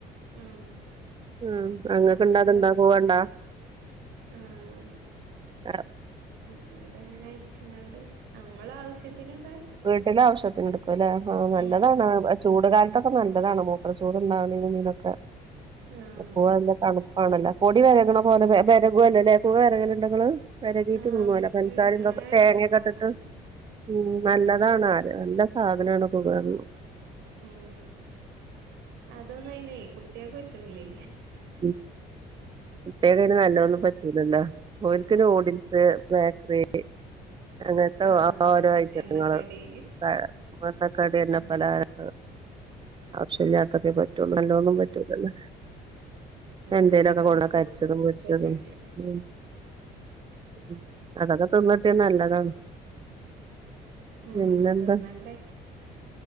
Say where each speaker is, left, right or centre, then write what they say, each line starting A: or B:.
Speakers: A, on the right; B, on the right.
A: ഉം.
B: ഉം അങ്ങക്ക്
A: ആഹ്
B: ഇണ്ടാത്ണ്ടാ
A: നമ്മള്
B: കൂവണ്ടാ
A: ആഹ്
B: ആ
A: ഇങ്ങട്ടെങ്ങനെ അരിച്ച്ങ്ങാണ്ട് നമ്മളാവശ്യത്തിന്,
B: വീട്ടിലെ ആവശ്യ ത്തിന് ഇട്ക്കും. അതെ ലേ ആഹ് നല്ലതാണ്
A: ഉം
B: ചൂട്കാല ഇതൊക്കെ നല്ലതാണ് മൂത്രച്ചൂട്ണ്ടാവ്ണേനും തിനൊക്കെ
A: ആഹ്
B: ഒപ്പം അല്ല തണു ആണല്ലേ പൊടി വെരക്ണ പോലെ വെ വെരകു അല്ലലേ കുവവെരകല്ണ്ടങ്ങള് വെരകീട്ട്
A: ആഹ്
B: നിന്നോലാേ പൻസാരിം
A: അങ്ങനെ
B: തൊക് തേങ്ങ്യൊക്കെട്ട്ട്ട്
A: ഉണ്ടാക്കും ഉം
B: ഉം നല്ലതാണ്
A: അങ്ങനെ ഉണ്ടാക്കും
B: ആര് നല്ല സാ അങ്ങനാണാെക്ക <unintelligible>
A: ഉം ഉം അതൊന്നു അയ്നെ കുട്ട്യേക്ക് പറ്റ്ൺല്ലേ
B: ഉം കുട്ട്യേക്കയ്ന് നല്ലൊന്നും
A: ഓല്
B: പറ്റൂലല്ലാ ഓൽക്ക്
A: ഉം
B: നൂഡിൽസ് ബേക്ക്റി റി അങ്ങൻത്തെ
A: ആഹ്
B: ഒ ഓരോ ഐറ്റത്ത്ങ്ങള്
A: എണ്ണക്കടി
B: വാ വന്നക്കടി
A: ഉം
B: എണ്ണ പലഹാരങ്ങള് ആവശ്യല്ലാത്തൊക്കെ പറ്റൊള്ളൂ നല്ലഒന്നും പറ്റൂലല്ലോ എന്തേലൊക്കെ
A: ആഹ് ഇതൊന്നും
B: കൊള്ള
A: കൊടുത്തവർക്ക്
B: കര്ച്ചതും പൊര്ച്ചതും
A: പറ്റില്ല
B: ഉം ഉം അതൊക്കെ തിന്ന്ട്ട്യാ നല്ലതാണ്
A: ഉം
B: പിന്നെന്താ
A: തിന്നണ്ടേ